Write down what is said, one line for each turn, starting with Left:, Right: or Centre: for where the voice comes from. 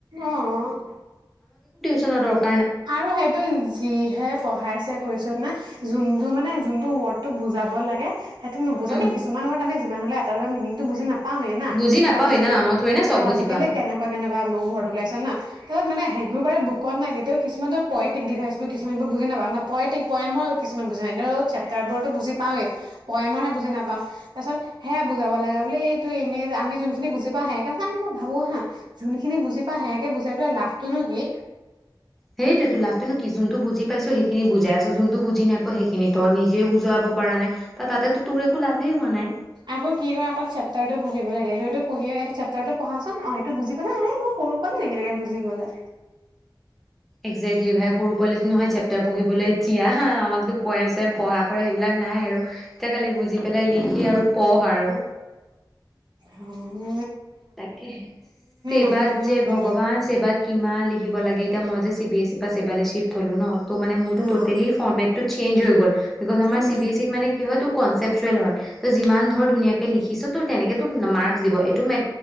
Right: অহ
Centre: কোনো ডৰকাৰ
Right: আৰু সেইটো যিহে পঢ়াইছে কৈছো না যোনটো মানে, যোনটো ৱৰ্ডটো বুজাব লাগে সেইটো নুবুজা
Centre: উম
Right: নে, কিছুমান ৱৰ্ড আমি যিমান হলে এটা মিনিং বুজি নাপা পামেই না,
Centre: বুজি নাপাওৱে
Right: আৰু আজিকালি,
Centre: না অ থৰি না চব
Right: আৰু
Centre: বুজি
Right: আজিকালি
Centre: পাম।
Right: কেনেকুৱা কেনেকুৱা নিউজত ওলাইছে ন। তাত মানে সেইবোৰ মানে বুকত নাই। তেওঁ কিছুমান ত পয়টিক দেখাইছিলো, কিছুমানটো বুজি নাপা ন, পয়টিক পয়েমৰ কিছুমান বুজি নাই, চেপ্তাৰ বোৰতো বুজি পাৱেই পয়ামৰহে বুজি নাপাওঁ, তাৰ পিছত সেয়া বুজাব লাগা ব বুলিলে এইটো এনে যে আম যোনখিনি বুজি পাওঁ সে মই ভাবো হা যোনখিনি বুজি পাওঁ সেয়াকে বুজাই পেলাই লাভটোনো কি?
Centre: সেইটোটো লাভটো নো কি যোনটো বুজি পাইছো সেইখিনি বুজাই আছে, যোনটো বুজি নাই পোৱা সেইখিনি তই নিজে বুজুৱাব পৰা নাই। ত তাতেতো তোৰ একো লাভেই হোৱা নাই।
Right: আকৌ কি ক আকৌ চেপ্তাৰ টো পঢ়িব লাগে। পঢ়িয়ে চেপটাৰটো পঢ়াচোন, অ সেইটো বুজি পালাই ন মই সৰু পোৱালীনেকি তেনেকাকে বুজিবলে।
Centre: একজেকলি ভাই সৰু পোৱালিতো নহয় চেপ্তাৰ পঢ়িবলৈ তিয়া আমাকতো পয়েম চয়েম পঢ়া কৰা সেইবিলাক নাই আৰু। এতিয়া খালি বুজি পেলাই লিখি আৰু পঢ় আৰু
Right: অ।
Centre: তাকে, চেবাত
Right: মানুহজনী
Centre: যে
Right: মানে বেয়া
Centre: ভগৱান,
Right: কৰি
Centre: চেৱাত কিমান লিখিব লাগে এ মই যে চিবিএছ ছি পৰা ছেবালে শিফট হলো নহ ত মানে মোৰতো
Right: উম
Centre: টোতেলি ফৰমেতটো চেনজ হৈ গ'ল, বিকজ আমাৰ
Right: উম
Centre: চি বি এছ ছিত মানে কিহতো কন চেপচুৱেল হয়, যিমান ধৰ ধুনীয়াকে লিখিছ ত তেনেকেতো মাৰ্কচ দিব, এইটো মে